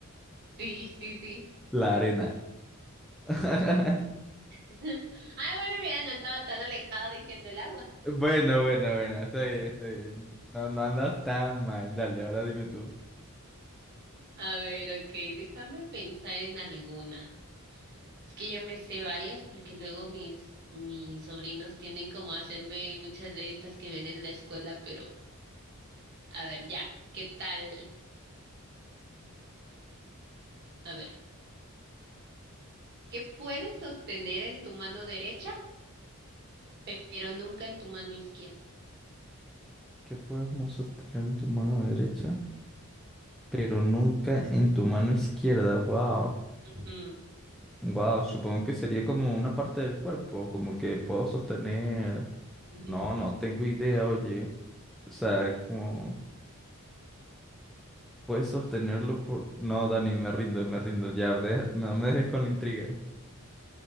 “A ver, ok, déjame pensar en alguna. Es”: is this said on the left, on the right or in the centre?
Right